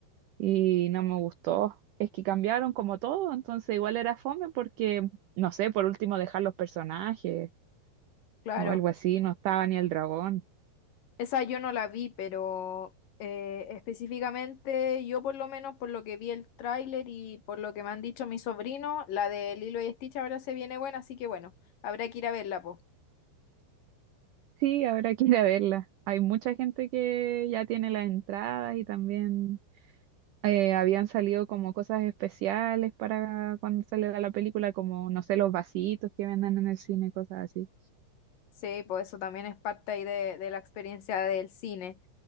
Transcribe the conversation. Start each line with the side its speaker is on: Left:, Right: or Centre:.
Right: y no me gustó. Es que cambiaron como todo, entonces igual era fome porque, no sé, por último dejar los personajes
Left: claro.
Right: o algo así, no estaba ni el dragón.
Left: Esa yo no la vi, pero eh, específicamente yo por lo menos por lo que vi el tráiler y por lo que me han dicho mis sobrinos, la de Lilo y Stitch ahora se viene buena, así que bueno, habrá que ir a verla, po.
Right: Sí, habrá que ir a verla. Hay mucha gente que ya tiene las entradas y también eh, habían salido como cosas especiales para cuando sale la película, como, no sé, los vasitos que venden en el cine, cosas así.
Left: Sí, pues eso también es parte ahí de, de la experiencia del cine.